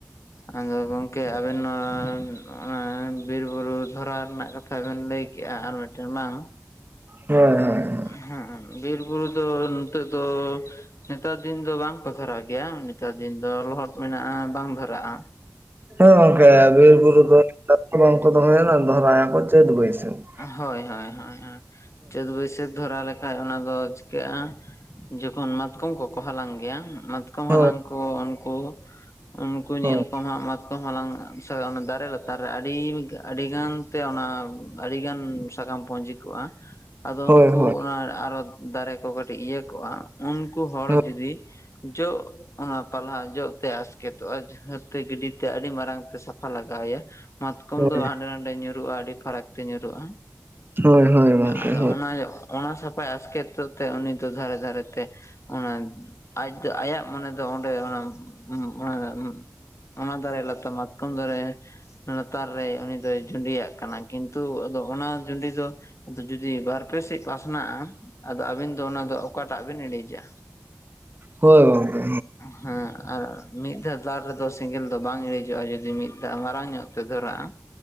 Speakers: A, on the left (about 60°); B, on the right (about 40°).
A: ᱟᱫᱚ ᱜᱚᱝᱠᱮ ᱟᱵᱮᱱ ᱱᱚᱣᱟ, ᱵᱤᱨ ᱵᱩᱨᱩ ᱫᱷᱚᱨᱟ ᱨᱮᱱᱟᱜ ᱠᱟᱛᱷᱟ ᱵᱮᱱ ᱞᱮᱭ ᱠᱮᱜᱼᱟ᱾ ᱟᱨ ᱢᱤᱫ ᱴᱤᱨᱢᱟᱝ <unintelligible> ᱾
B: ᱦᱳᱭ, ᱦᱳᱭ ᱾
A: ᱦᱮᱸ, ᱵᱤᱨᱵᱩᱨᱩ ᱫᱚ ᱱᱤᱛᱳᱜ ᱫᱚ ᱾ ᱱᱤᱛᱳᱜ ᱫᱤᱱ ᱫᱚ ᱵᱟᱝᱠᱚ ᱫᱷᱚᱨᱟᱣ ᱜᱮᱭᱟ᱾ ᱱᱮᱛᱟᱨ ᱫᱤᱱ ᱫᱚ ᱞᱚᱦᱚᱫ ᱢᱮᱱᱟᱜᱼᱟ, ᱵᱟᱝ ᱫᱷᱚᱨᱟᱜᱼᱟ ᱾
B: ᱦᱮᱸ ᱜᱚᱝᱠᱮ, ᱵᱤᱨ ᱵᱩᱨᱩ ᱫᱚ ᱱᱮᱛᱟᱨ ᱫᱚ ᱵᱟᱝᱠᱚ ᱫᱷᱚᱨᱟᱣᱼᱟ᱾ ᱫᱷᱚᱨᱟᱣ ᱟᱠᱚ ᱪᱟᱹᱛ ᱵᱟᱹᱭᱥᱟᱹᱠ ᱾
A: ᱦᱳᱭ, ᱦᱳᱭ, ᱦᱳᱭ᱾ ᱪᱟᱹᱛ ᱵᱟᱹᱭᱥᱟᱹᱠᱷ ᱫᱷᱚᱨᱟᱣ ᱞᱮᱠᱷᱟᱡᱽ ᱚᱱᱟ ᱫᱚ ᱪᱤᱠᱟᱹᱜᱼᱟ ᱾ ᱡᱚᱠᱷᱚᱱ ᱢᱟᱛᱠᱚᱢ ᱠᱚᱠᱚ ᱦᱟᱞᱟᱝ ᱜᱮᱭᱟ, ᱢᱟᱛᱠᱚᱢ
B: ᱦᱳᱭ
A: ᱦᱟᱞᱟᱝ ᱠᱚ ᱩᱱᱠᱩ ᱩᱱᱠᱩ
B: ᱦᱳᱭ
A: ᱧᱮᱞ ᱠᱚᱢ ᱦᱟᱸᱜ ᱢᱟᱛ ᱦᱟᱞᱟᱝ ᱚᱱᱟ ᱫᱟᱨᱮ ᱞᱟᱛᱟᱨ ᱨᱮ, ᱟᱹᱰᱤ ᱟᱹᱰᱤ ᱜᱟᱱ ᱛᱮ ᱚᱱᱟ ᱟᱹᱰᱤ ᱜᱟᱱ ᱥᱟᱠᱟᱢ ᱯᱩᱸᱡᱤ ᱠᱚᱜᱼᱟ, ᱟᱫᱚ
B: ᱦᱳᱭ
A: ᱩᱱᱠᱩ
B: ᱦᱳᱭ
A: ᱚᱱᱟ ᱟᱨᱚ ᱫᱟᱨᱮ ᱠᱚ ᱠᱟᱹᱴᱤᱡ ᱤᱭᱟᱹ ᱠᱚᱼᱟ᱾ ᱩᱱᱠᱩ ᱦᱚᱲ
B: ᱦᱳᱭ
A: ᱡᱩᱫᱤ ᱡᱚᱜ ᱚᱱᱟ ᱯᱟᱞᱦᱟ ᱡᱚᱜ ᱛᱮ ᱟᱥᱠᱮᱛᱚᱜᱼᱟᱭ, ᱦᱟᱹᱨᱛᱮ ᱜᱤᱰᱤᱛᱮ ᱟᱹᱰᱤ ᱢᱟᱨᱟᱝ ᱛᱮ ᱥᱟᱯᱷᱟ ᱞᱟᱜᱟᱣ ᱮᱭᱟ᱾ ᱢᱟᱛᱠᱚᱢ
B: ᱦᱳᱭ
A: ᱫᱚ, ᱦᱟᱸᱰᱮ ᱱᱟᱰᱮ ᱧᱩᱨᱩᱜᱼᱟ ᱟᱹᱰᱤ ᱯᱷᱟᱨᱟᱠ ᱛᱮ ᱧᱩᱨᱩᱜᱼᱟ᱾
B: ᱦᱳᱭ ᱦᱳᱭ ᱜᱚᱝᱠᱮ
A: ᱟᱫᱚ
B: ᱦᱳᱭ
A: ᱚᱱᱟ ᱚᱱᱟ ᱥᱟᱯᱷᱟᱭ ᱟᱥᱠᱮᱛ ᱛᱮ, ᱩᱱᱤ ᱫᱚ ᱫᱷᱟᱨᱮ ᱫᱷᱟᱨᱮ ᱛᱮ ᱚᱱᱟ ᱟᱡ ᱫᱚ ᱟᱭᱟᱜ ᱢᱚᱱᱮ ᱫᱚ ᱚᱸᱰᱮ <unintelligible> ᱚᱱᱟ ᱫᱟᱨᱮ ᱞᱟᱛᱟᱨ ᱢᱟᱛᱠᱚᱢ ᱫᱟᱨᱮ ᱞᱟᱛᱟᱨ ᱨᱮ, ᱩᱱᱤ ᱫᱚᱭ ᱡᱩᱸᱰᱤᱭᱟᱜ ᱠᱟᱱᱟ᱾ ᱠᱤᱱᱛᱩ ᱟᱫᱚ ᱚᱱᱟ ᱡᱩᱰᱤ ᱫᱚ ᱡᱩᱫᱤ ᱵᱟᱨᱯᱮ ᱥᱮᱡ ᱯᱟᱥᱱᱟᱜᱼᱟ᱾ ᱟᱫᱚ ᱟᱵᱤᱱ ᱫᱚ ᱚᱱᱟ ᱫᱚ ᱚᱠᱟᱴᱟᱜ ᱵᱤᱱ ᱤᱬᱤᱡᱟ᱾
B: ᱦᱳᱭ ᱜᱚᱝᱠᱮ
A: ᱦᱮᱸ, ᱚᱱᱟ ᱟᱨ ᱢᱤᱫ ᱫᱷᱟᱣ ᱫᱟᱞ ᱨᱮᱫᱚ ᱥᱮᱸᱜᱮᱞ ᱫᱚ ᱵᱟᱝ ᱤᱬᱤᱡᱚᱜᱼᱟ ᱡᱩᱫᱤ ᱢᱤᱫ ᱫᱷᱟᱣ ᱢᱟᱨᱟᱝ ᱧᱚᱜ ᱛᱮ ᱫᱷᱚᱨᱟᱜᱼᱟ